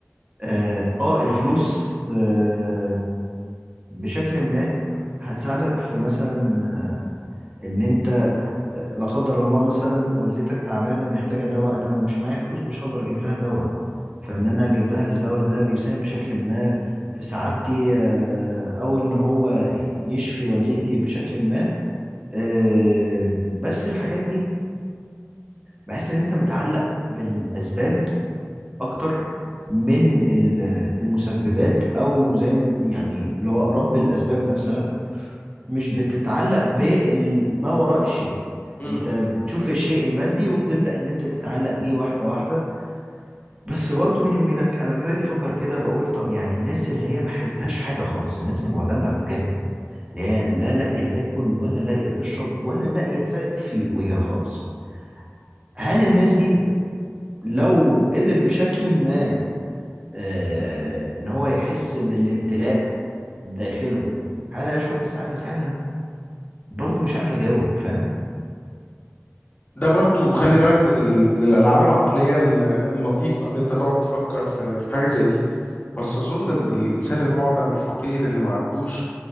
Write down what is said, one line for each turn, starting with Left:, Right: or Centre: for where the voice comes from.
Right: اه آه، الفلوس آه، بشكل ما هتساعدك في مثلا آه، ان انت لا قدر الله مثلا والدتك تعبانه محتاجه دواء انا لو مش معايا فلوس مش هقدر اجيب لها دواء فان انا اجيب لها الدواء ده بيساهم بشكل ما في سعادتي آه، او ان هو يشفي والدتي بشكل ما آه، بس الحاجات دي بحس ان انت متعلق بالاسباب اكتر من ال- المسببات او زي ما يعني اللي هو رب الاسباب نفسها مش بتتعلق بما وراء الشيء
Left: مهم.
Right: انت بتشوف الشيء المادي وبتبدأ ان انت تتعلق بيه واحدة واحدة بس برضو بيني وبينك انا لما باجي افكر كده بقول طب يعني الناس اللي هي ما حلتهاش حاجة خالص الناس المعدمة بجد اللي هي لا لاقية تاكل ولا لاقية تشرب ولا لاقية سقف في وجهها خالص هل الناس دي لو قدر بشكل ما آه ان هو يحس بالامتلاء داخله هل هيشعر بالسعادة فعلا برضو مش عارف اجاوب فاهم
Left: ده برضو خلي بالك من ال... من الالعاب العقليه ال- اللطيفه ان انت تقعد تفكر في في حاجه زي دي بس اظن ان الانسان المعدم الفقير اللي ما عندوش